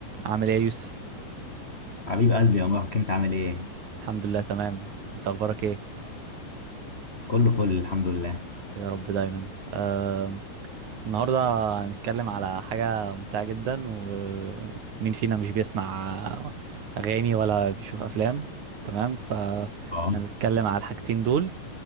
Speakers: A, on the right; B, on the left.
A: عامل ايه يا يوسف
B: حبيب قلبي يا مروان كنت عامل ايه؟
A: الحمد لله تمام انت اخبارك ايه
B: كله فل الحمد لله
A: يا رب دايما آه، النهارده هنتكلم على حاجه ممتعه جدا ومين فينا مش بيسمع اغاني ولا بيشوف افلام تمام فهنتكلم
B: اه
A: على الحاجتين دول